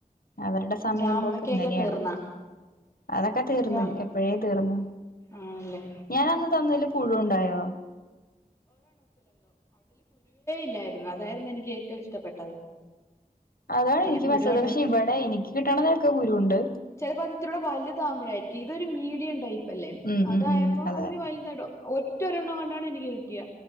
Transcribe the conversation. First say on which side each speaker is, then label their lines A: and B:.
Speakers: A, on the left (about 85°); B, on the left (about 20°).
A: അവരുടെ സമയം
B: ജാമ്പക്കൊക്കെ
A: പോക്കെ അങ്ങനെയാണ്.
B: തീർന്നാ
A: അതൊക്കെ തീർന്ന്
B: ജാ
A: എപ്പോയെ തീർന്ന്
B: ആണല്ലേ
A: ഞാൻ അന്ന് തന്നതില് പുഴു ഉണ്ടായോ
B: ല്ലായിരുന്നു അതായിരുന്നു എനിക്ക് ഏറ്റവും ഇഷ്ടപ്പെട്ടത്.
A: അതാണ്
B: പിന്നെ
A: എനിക്ക്
B: പുഴു
A: മസ്സത്
B: ഉണ്ടായിരുന്നു
A: പക്ഷെ ഇവിടെ എനിക്ക് കിട്ടണതൊക്കെ കുരുവുണ്ട്
B: ചിലപ്പോ അത് ഇത്രൂടെ വലുതവുമ്പഴായിരിക്കും ഇതൊരു മീഡിയം ടൈപ്പ് ല്ലേ
A: ഉം
B: അതായപ്പം
A: ഉം ഉം അതെ
B: അതിന് വലുതട ഒറ്റൊരെണ്ണം കൊണ്ടാണ് എനിക്ക് കിട്ടിയ.